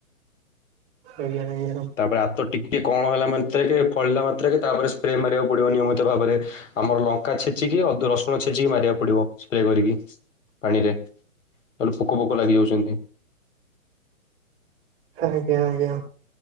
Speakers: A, on the right (about 25°); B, on the left (about 60°).
A: ଆଜ୍ଞା ଏର।
B: ତାପରେ ଆତ ଟିକିଏ କଅଁଳ ହେଲା ମାତ୍ରକେ ଫଳିଲା ମାତ୍ରକେ ତାପରେ ସ୍ପ୍ରେ ମାରିବାକୁ ପଡିବ ନିୟମିତ ଭାବରେ। ଆମର ଲଙ୍କା ଛେଚିକି ଅ ରସୁଣ ଛେଚିକି ମାରିବାକୁ ପଡିବ। ସ୍ପ୍ରେ କରିକି ପାଣିରେ ତେଣୁ ପୋକ ଫୋକ ଲାଗିଯାଉଚନ୍ତି।
A: ଆଜ୍ଞା ଆଜ୍ଞା।